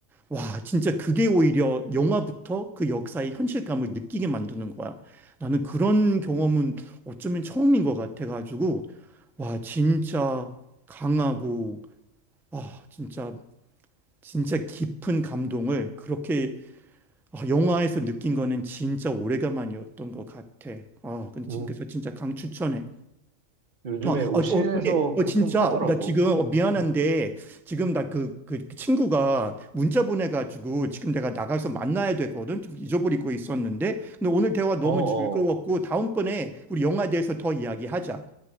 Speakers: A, in the centre; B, on the right.
A: 와, 진짜 그게 오히려 영화부터 그 역사의 현실감을 느끼게 만드는 거야. 나는 그런 경험은 어쩌면 처음인 것 같아가지고, 와, 진짜 강하고, 아, 진짜, 진짜 깊은 감동을 그렇게 아, 영화에서 느낀 거는 진짜 오래간만이었던 것 같아. 아, 근데 진짜,
B: 음,
A: 저 진짜 강추천해.
B: 요즘에
A: 어,
B: OCN에서
A: 어, 저, 어, 근데, 어,
B: 가끔
A: 진짜,
B: 하더라고.
A: 나 지금, 어, 미안한데,
B: 음.
A: 지금 나 그, 그, 그 친구가 문자 보내가지고, 지금 내가 나가서 만나야 되거든? 좀 잊어버리고 있었는데, 근데 오늘 대화 너무
B: 어,
A: 즐거웠고,
B: 어,
A: 다음번에 우리 영화에 대해서 더 이야기하자.